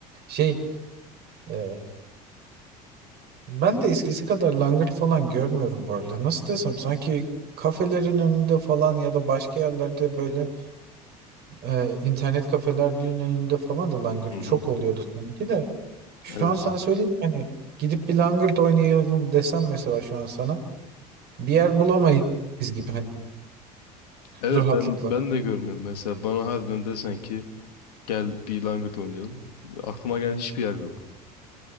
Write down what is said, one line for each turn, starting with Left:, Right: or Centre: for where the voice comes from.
Right: şey e, ben de eskisi kadar langırt falan görmüyorum bu arada. Nasıl desem sanki kafelerin önünde falan ya da başka yerlerde böyle e, internet kafelerinin önünde falan da langırt
Left: Hı hı.
Right: çok oluyordu sanki de. Şu
Left: Evet.
Right: an sana söyleyeyim ki hani gidip bir langırt oynayalım desem mesela şu an sana. bir yer bulamayız gibi hani
Left: Evet
Right: rahatlıkla.
Left: ben ben de görmüyorum. Mesela bana harbiden desen ki gel bir langırt oynayalım. Aklıma gelen hiçbir yer yok.